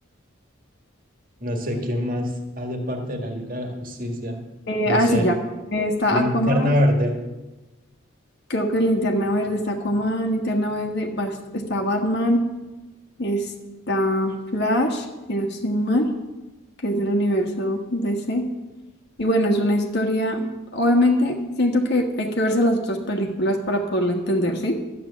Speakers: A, on the right; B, on the left.
A: No sé quién más hace parte de la Liga de la Justicia.
B: Eh,
A: No
B: ah,
A: sé.
B: sí, ya. Está
A: Linterna
B: Aquaman.
A: Verde.
B: Creo que Linterna Verde está Aquaman, Linterna Verde bas- está Batman, está Flash, si no estoy mal, que es del universo DC. Y bueno, es una historia, obviamente siento que hay que verse las otras películas para poderla entender, ¿sí?